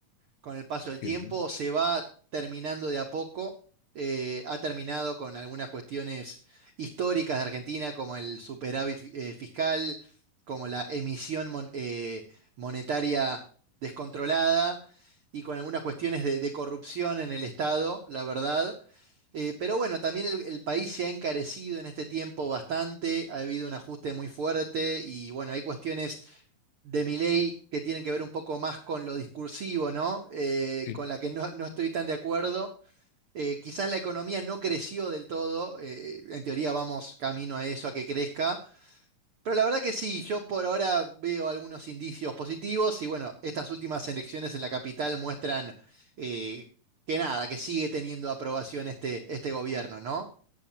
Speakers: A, on the right (about 80°); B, on the left (about 80°).
A: con el paso del
B: qué
A: tiempo,
B: bien.
A: se va terminando de a poco. eh, ha terminado con algunas cuestiones históricas de Argentina, como el superávit eh, fiscal, como la emisión mon- eh, monetaria descontrolada y con algunas cuestiones de, de corrupción en el Estado, la verdad. Eh, pero bueno, también el, el país se ha encarecido en este tiempo bastante, ha habido un ajuste muy fuerte y bueno, hay cuestiones de Milei que tienen que ver un poco más con lo discursivo, ¿no? Eh,
B: sí.
A: con la que no, no estoy tan de acuerdo. Eh, quizás la economía no creció del todo, eh, en teoría vamos camino a eso, a que crezca, pero la verdad que sí, yo por ahora veo algunos indicios positivos y bueno, estas últimas elecciones en la capital muestran eh, que nada, que sigue teniendo aprobación este, este gobierno, ¿no?